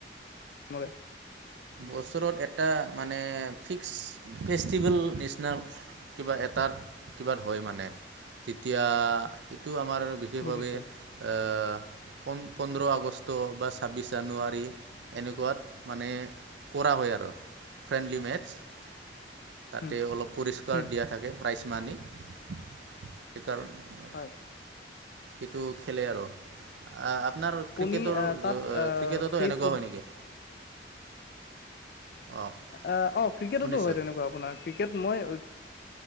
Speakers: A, on the left; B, on the right.
A: মূৰে।
B: বছৰত এটা মানে ফিক্স ফেষ্টিভেল নিচিনা কিবা এটাত কিবা হয় মানে, তেতিয়া এইটো আমাৰ বি যি
A: বুজিছো
B: ভাবে আহ' পোন-পোন্ধৰ আগষ্ট বা ছাব্বিছ জানুৱাৰী এনেকুৱাত, মানে কৰা হয় আৰু, ফ্ৰেণ্ডলি মেটছ। তাতে
A: উম
B: অলপ পৰিষ্কাৰ
A: উম
B: দিয়া থাকে। প্ৰাইজ মানি, সেইকাৰণে
A: হয়।
B: সেইটো খেলে আৰু। আ-আপোনাৰ
A: আপুনি
B: ক্ৰিকেটৰ,
A: আহ
B: অ'
A: তাত আহ
B: ক্ৰিকেটতো
A: সেই
B: এনেকুৱা
A: ফুট
B: হয় নেকি? অঁ
A: এ অ' ক্ৰিকেটতো
B: শুনিছোঁ
A: হয় তেনেকুৱা আপোনাৰ, ক্ৰিকেট মই